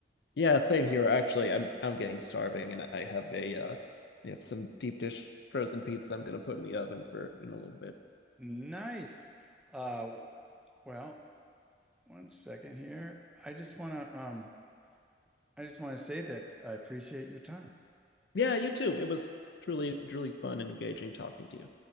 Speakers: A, on the left; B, in the centre.
A: yeah, same here. Actually, I'm I'm getting starving, and I have a uh, I have some deep dish frozen pizza I'm gonna put in the oven for in a little bit.
B: Nice. Uh, well, one second here. I just wanna um, I just want to say that I appreciate your time.
A: Yeah, you too. It was truly truly fun and engaging talking to you.